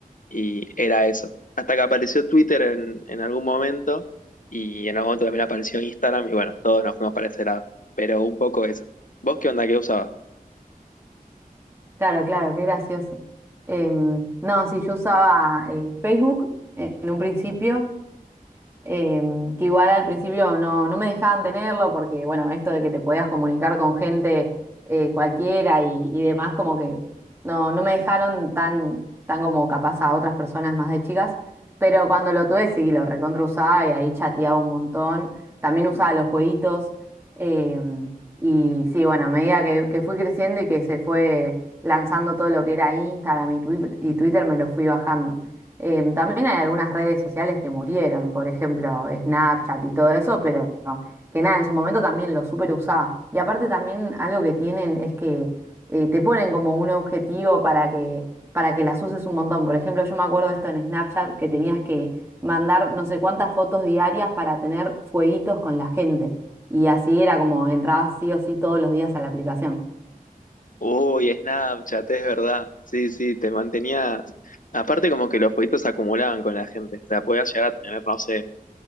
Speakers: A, on the left (about 60°); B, on the right (about 15°).
A: y era eso. Hasta que apareció Twitter en, en algún momento y en algún momento también apareció Instagram y bueno, todos nos fuimos para ese lado. Pero un poco eso. ¿Vos qué onda? ¿Qué usabas?
B: Claro, claro, qué gracioso. Em, no, sí, yo usaba eh, Facebook eh, en un principio. em, que igual al principio no, no me dejaban tenerlo porque, bueno, esto de que te podías comunicar con gente eh, cualquiera y, y demás, como que no, no me dejaron tan, tan como capaz a otras personas más de chicas, pero cuando lo tuve sí, lo recontra usaba y ahí chateaba un montón, también usaba los jueguitos em, y sí, bueno, a medida que, que fui creciendo y que se fue lanzando todo lo que era Instagram y Twi- y Twitter, me lo fui bajando. Eh, también hay algunas redes sociales que murieron, por ejemplo, Snapchat y todo eso, pero que nada, en su momento también lo super usaba. Y aparte también algo que tienen es que eh, te ponen como un objetivo para que, para que las uses un montón. Por ejemplo, yo me acuerdo esto en Snapchat que tenías que mandar no sé cuántas fotos diarias para tener fueguitos con la gente. Y así era como entrabas sí o sí todos los días a la aplicación.
A: Uy, Snapchat, es verdad. Sí, sí, te mantenías. Aparte, como que los jueguitos se acumulaban con la gente. O sea, podías llegar a tener, no sé,